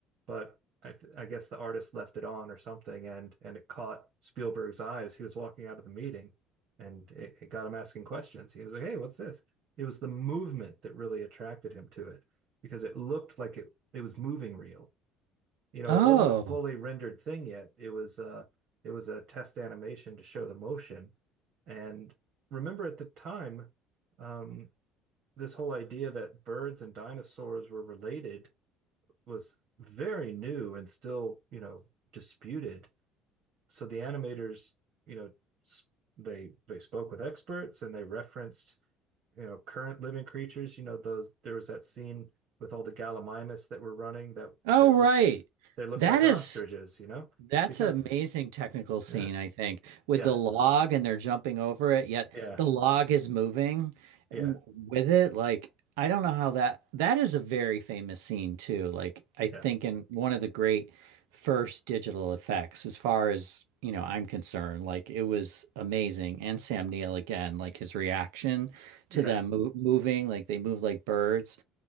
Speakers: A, on the right; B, on the right.
A: But I, th- I guess the artist left it on or something, and and it caught Spielberg's eyes. He was walking out of the meeting, and it, it got him asking questions. He was like, hey, what's this? It was the movement that really attracted him to it because it looked like it it was moving real you know,
B: Oh.
A: it wasn't a fully rendered thing yet. It was uh it was a test animation to show the motion. And remember at the time, um, this whole idea that birds and dinosaurs were related was very new and still, you know, disputed. So the animators, you know, they they spoke with experts and they referenced, you know, current living creatures. You know, those there was that scene with all the gallimimus that were running that
B: Oh,
A: that
B: right.
A: looked they look
B: That
A: like
B: is
A: ostriches, you know?
B: That's
A: Because
B: an amazing technical scene,
A: yeah,
B: I think, with
A: yeah,
B: the log and they're jumping over it, yet
A: yeah,
B: the log is moving
A: yeah,
B: w- with it. Like, I don't know how that that is a very famous scene too. Like, I think
A: yeah,
B: in one of the great first digital effects, as far as, you know, I'm concerned, like it was amazing. And Sam Neill again, like his reaction
A: yeah,
B: to them mo moving, like they move like birds,